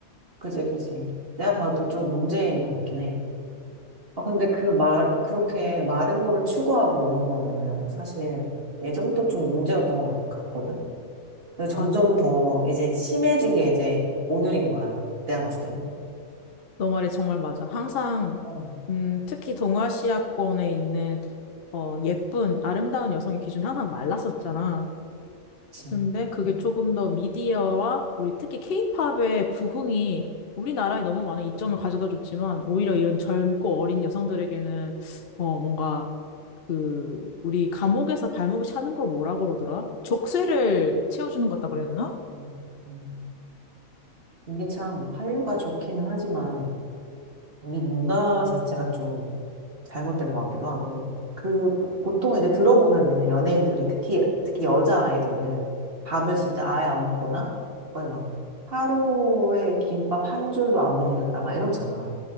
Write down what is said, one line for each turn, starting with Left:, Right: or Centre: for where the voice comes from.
Right: 그지, 그지. 내가 봐도 좀 문제인 것 같긴 해. 아, 근데 그 말, 그렇게 마른 거를 추구하고 이런 거는 사실 예전부터 좀 문제였던 것 같거든? 근데 점점
Left: 맞,
Right: 더 이제 심해진 게 이제 오늘인 거야. 내가 봤을 때는.
Left: 너 말이 정말 맞아. 항상
Right: 어,
Left: 음, 특히 동아시아권에 있는 어, 예쁜, 아름다운 여성의 기준 항상 말랐었잖아.
Right: 그치.
Left: 근데 그게
Right: 음,
Left: 조금 더 미디어와 우리 특히 케이팝의 부흥이 우리나라에 너무 많은 이점을 가져다 줬지만 오히려 이런 젊고 어린 여성들에게는 어, 뭔가 그 우리 감옥에서 발목이 차는 걸 뭐라 그러더라? 족쇄를 채워주는 것 같다
Right: 음,
Left: 그래야 되나?
Right: 음, 음. 이게 참 한류가 좋기는 하지만 우리 문화 자체가 좀 잘못된 것 같기도 하고. 그, 보- 보통 이제 들어보면은 연예인들이 특히, 특히 여자 아이돌은 밥을 진짜 아예 안 먹거나 거의 막 하루에 김밥 한 줄도 안 먹는다, 막 이렇잖아.